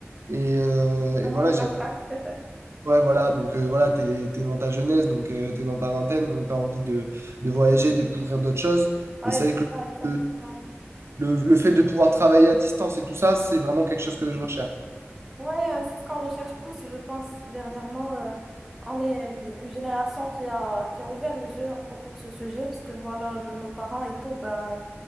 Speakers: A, on the right (about 65°); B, in the centre.
A: Et, euh, et
B: J'en
A: voilà,
B: ai
A: j'ai
B: 24. <laughs>
A: Ouais, voilà, donc euh, voilà, t'es, t'es dans ta jeunesse, donc euh, t'es dans ta vingtaine, donc t'as envie de, de voyager, découvrir d'autres choses.
B: Ouais,
A: Et c'est
B: c'est
A: vrai que
B: ça, exactement.
A: le, le, le fait de pouvoir travailler à distance et tout ça, c'est vraiment quelque chose que je recherche.
B: Ouais, euh, c'est ce qu'on recherche tous, je pense, dernièrement. euh, on est une, une génération qui a, qui a ouvert les yeux à propos de ce sujet, parce que voilà, nos parents et tout, bah,